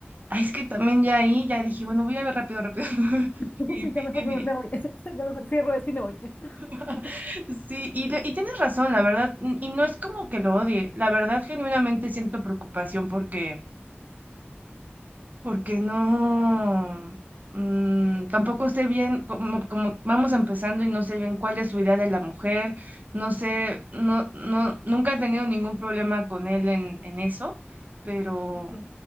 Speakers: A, on the right; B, on the left.
A: ay, es que también ya ahí, ya dije, bueno, voy a ver rápido, rápido. <laughs>
B: <laughs>
A: Y-
B: Sí, ya mejor
A: y-
B: no-
A: y-
B: me voy, <laughs> ya mejor cierro esto y me voy.
A: <laughs>
B: <laughs>
A: Sí, y, de- y tienes razón, la verdad, n- y no es como que lo odie, la verdad genuinamente siento preocupación porque porque no, mm, tampoco sé bien cómo, cómo- vamos empezando y no sé bien cuál es su idea de la mujer, no sé, no, no, nunca he tenido ningún problema con él en, en eso, pero
B: Ok.